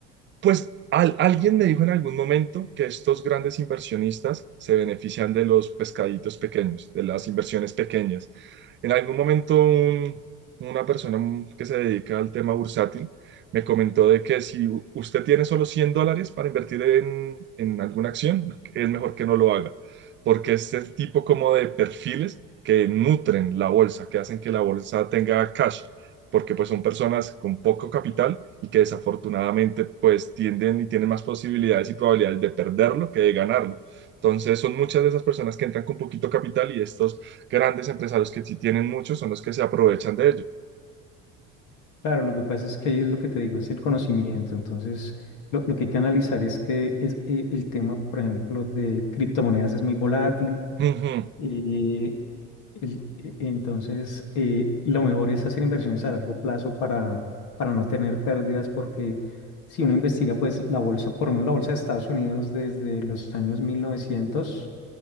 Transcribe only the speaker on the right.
Pues al- alguien me dijo en algún momento que estos grandes inversionistas se benefician de los pescaditos pequeños, de las inversiones pequeñas. En algún momento un- una persona mm, que se dedica al tema bursátil me comentó de que si u- usted tiene solo 100 dólares para invertir en, en alguna acción, es mejor que no lo haga, porque es el tipo como de perfiles que nutren la bolsa, que hacen que la bolsa tenga cash porque pues son personas con poco capital y que desafortunadamente pues tienden y tienen más posibilidades y probabilidades de perderlo que de ganarlo. Entonces son muchas de esas personas que entran con poquito capital y estos grandes empresarios que sí tienen muchos son los que se aprovechan de ello.
Ujú,